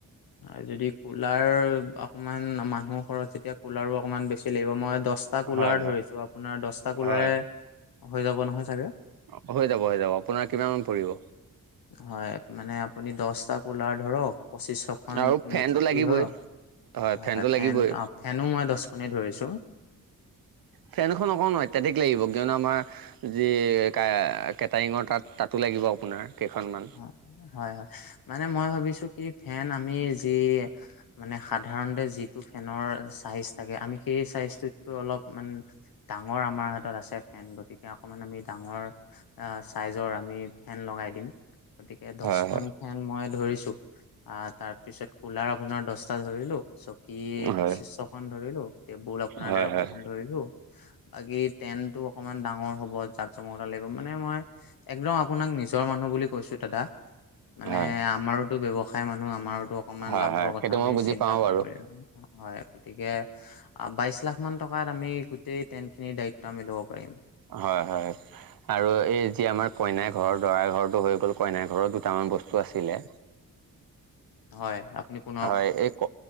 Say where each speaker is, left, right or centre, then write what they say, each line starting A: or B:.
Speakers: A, on the left; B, on the right.
A: আৰু যদি কুলাৰ অকণমান মানুহৰ ঘৰত তেতিয়া কুলাৰো অকণমান বেছি লাগিব। মই দহ টা কুলাৰ
B: হয় হয়
A: ধৰিছো, আপোনাৰ দহটা কুলাৰে
B: হয়
A: হৈ যাব নহয় চাগে?
B: অ হৈ যাব হৈ যাব। আপোনাৰ কিমান মান পৰিব?
A: হয় মানে আপুনি দহটা কোলাৰ ধৰক। পঁচিছশখন
B: আৰু ফেনটো
A: চকী
B: লাগিবই।
A: ধৰক, হয়
B: ফেনটো
A: হয় ফেন
B: লাগিবই
A: আ ফেনো মই দহখনেই ধৰিছোঁ।
B: ফেনখন অকণমান অত্যাধিক লাগিব। কিয়নো আমাৰ, যি কে কেটাৰিঙৰ তাত তাতো লাগিব আপোনাৰ কেইখনমান।
A: হয় হয়, মানে মই ভাবিছো কি ফেন আমি যি মানে, সাধাৰণতে যিটো ফেনৰ চাইজ থাকে, আমি সেই চাইজটো। অলপ মান ডাঙৰ আমাৰ হাতত আছে ফেন। গতিকে অকমান আমি ডাঙৰ, অ চাইজৰ আমি ফেন লগাই দিম গতিকে দছখন
B: হয় হয়
A: ফেন মই ধৰিছো। আহ তাৰ পিছত কুলাৰ আপোনাৰ দছটা ধৰিলো চকী
B: হয়
A: পঁচিছশখন ধৰিলো। টেবুল আপোনাৰ
B: হয়
A: দেৰশখন
B: হয়
A: ধৰিলো। বাকী টেন্টটো অকমান ডাঙৰ হ'ব জাক জমকতটা লাগিব মানে মই একদম আপোনাক নিজৰ মানুহ বুলি কৈছো দাদা মানে
B: হয়
A: আমাৰোতো ব্যৱসায় মানুহ আমাৰোত অকনমান
B: হয়
A: লাভৰ
B: হয়
A: কথা
B: সেইটো
A: আমি
B: মই বুজি
A: চিন্তা
B: পাওঁ
A: কৰিব
B: বাৰু
A: লাগিব। হয় গতিকে আ বাইশ লাখ মান টকাত আমি গোটেই টেন্টখিনিৰ দায়িত্ব আমি ল'ব পাৰিম।
B: হয় হয়। আৰু এই যি আমাৰ কইনাৰ ঘৰ দৰাৰ ঘৰটো হৈ গ'ল কইনাৰ ঘৰত দুটামান বস্তু আছিলে।
A: হয়, আপুনি পো
B: হয়, এই ক